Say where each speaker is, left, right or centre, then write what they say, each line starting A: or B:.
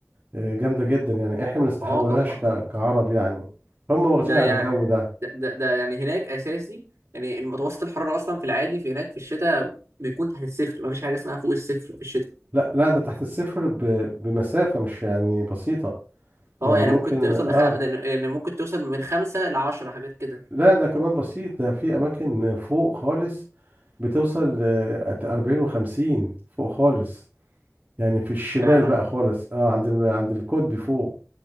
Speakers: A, on the right; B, on the right.
A: آه، جامدة جدا يعني احنا ما نستحملوهاش
B: اه طبعا
A: ك- كعرب يعني هم واخدين
B: ده
A: على
B: يعني
A: الجو ده
B: ده, ده, ده يعني هناك اساسي يعني المتوسط الحراره اصلا في العادي في هناك في الشتاء بيكون تحت الصفر مفيش حاجه اسمها فوق الصفر في الشتاء
A: لا لا ده تحت الصفر ب- بمسافة مش يعني بسيطة
B: اه
A: يعني
B: يعني
A: ممكن
B: ممكن توصل لخ...
A: اه
B: يعني ممكن توصل من خمسة لعشرة حاجات كده
A: لا ده كمان بسيط ده في اماكن فوق خالص بتوصل ل 40 و50 فوق خالص يعني في الشمال
B: فعلا
A: بقى خالص اه عند ال... عند القطب فوق